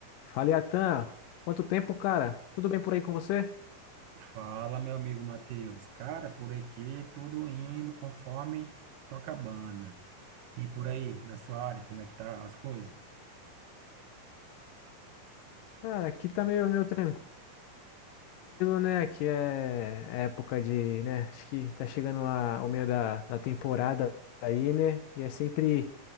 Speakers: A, on the left; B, on the right.
A: Fala, Atan. Quanto tempo, cara? Tudo bem por aí com você?
B: Fala, meu amigo Matheus. Cara, por aqui tudo indo conforme toca a banda. E por aí, na sua área, como é que tá as coisas?
A: Cara, aqui tá meio, meio tranquilo, né? Aqui é é época de, né? Acho que tá chegando a, ao meio da, da temporada aí, né? E é sempre